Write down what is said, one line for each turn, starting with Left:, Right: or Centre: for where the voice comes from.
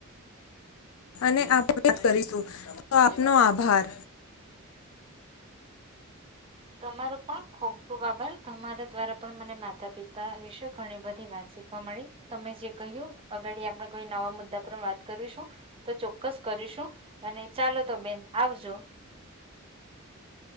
Left: અને આભાર વ્યક્ત કરીશું. તો આપનો આભાર.
Right: તમારો પણ ખુબ ખુબ આભાર, તમારા દ્વારા પણ મને માતા પિતા વિશે ઘણી બધી વાત શીખવા મળી. તમે જે કહ્યું અગાડી આપણે કોઈ નવા મુદ્દા પર વાત કરીશું. તો ચોક્કસ કરીશું, અને ચાલો તો બેન આવજો.